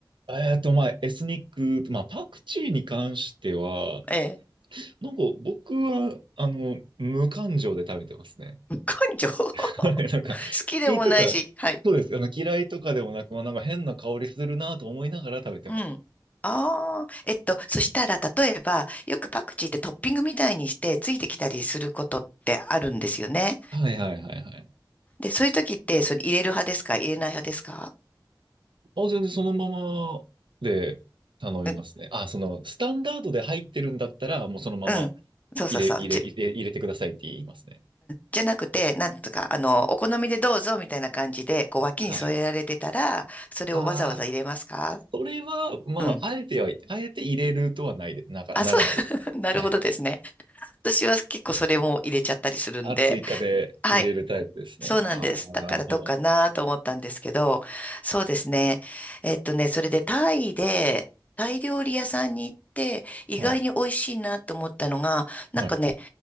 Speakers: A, on the right; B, on the left.
A: えっと、まあ、エスニック、まあ、パクチーに関しては、
B: ええ。
A: なんか僕は、あの、無感情で食べてますね。
B: <laughs> 無感情 <laughs> 好
A: <laughs> なんか、
B: きでもないし、
A: 好きとか、
B: はい。
A: そうです。あの、嫌いとかでもなく、まあ、なんか変な香りするなと思いながら食べてます。
B: うん。ああ、えっと、そしたら、例えば、よくパクチーってトッピングみたいにして、ついてきたりすることってあるんですよね。
A: はいはいはいはい。
B: で、そういう時って、それ入れる派ですか入れない派ですか
A: あ、全然そのままで頼みますね。
B: うん。
A: あ、その、スタンダードで入ってるんだったら、もうそのまま
B: うんそうそうそう。
A: 入れ、入れ、入れ、入れてくださいって言いますね。
B: じゃなくて、なんとか、あの、お好みでどうぞみたいな感じで、こう、脇に添えられてたら、
A: はい。
B: それをわざわざ入れますか
A: ああ、それは、まあ、
B: うん。
A: あえては、あえて入れるとはないで、なか、
B: あ、
A: ならないですね。
B: そう、<laughs> なるほどですね。
A: はい。
B: 私は結構それも入れちゃったりするんで。
A: あ、追加で入れるタイプですね。
B: はい、そうなんです。
A: ああ、
B: だからどうかなと思ったんですけど、
A: なるほど。
B: そうですね。えっとね、それでタイで、タイ料理屋さんに行って、意外に美味しいなと思ったのが、
A: はい。
B: なんかね、
A: はい。